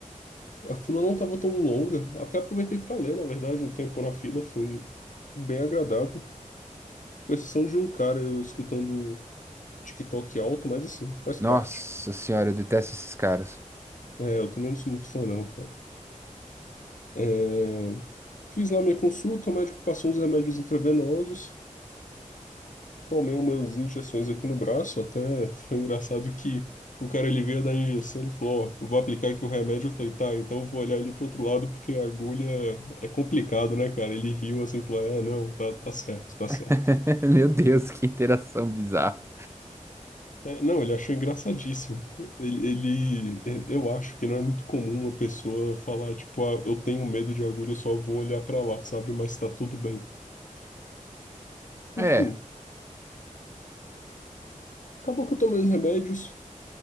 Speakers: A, on the left; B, on the right.
A: A fila não tava tão longa. Até aproveitei para ler, na verdade, um tempo na fila foi bem agradável. Com exceção de um cara eu escutando TikTok alto, mas assim, faz
B: Nossa
A: parte.
B: senhora, eu detesto esses caras.
A: É, eu também não sou muito fã, não, cara. É, Fiz lá minha consulta, o médico passou uns remédios intravenosos, tomei umas injeções aqui no braço, até foi engraçado que o cara ele veio dar a injeção, ele falou, ó, vou aplicar aqui o remédio, eu falei, tá, então eu vou olhar ali pro outro lado porque a agulha é complicado, né, cara? Ele riu assim, falou, é, não, tá, tá certo, tá certo.
B: <laughs> Meu Deus, que interação bizarra.
A: É, não, ele achou engraçadíssimo. Ele, ele- e- eu acho que não é muito comum uma pessoa falar, tipo, ah, eu tenho medo de agulha, eu só vou olhar pra lá, sabe? Mas tá tudo bem.
B: É,
A: Enfim, acabou que eu tomei os remédios.